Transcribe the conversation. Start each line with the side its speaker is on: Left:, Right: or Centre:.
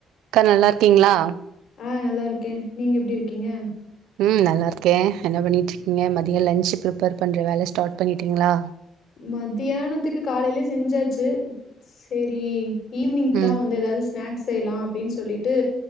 Right: அக்கா நல்லா இருக்கீங்களா
Left: ஹா நல்லா இருக்கேன் நீங்க எப்டி இருக்கீங்க
Right: ம் நல்லருக்கேன் என்ன பண்ணிட்டு இருக்கீங்க மதியம் லஞ்ச் ப்ரிப்பேர் பண்ணுற வேல ஸ்டார்ட் பண்ணிட்டீங்களா
Left: மத்தியானத்துக்கு காலையிலயே செஞ்சாச்சு செரி ஈவினிங்
Right: ம்
Left: தான் எதாவது ஸ்னாக்ஸ் செய்யலாம் அப்பின்னு சொ சொல்லிட்டு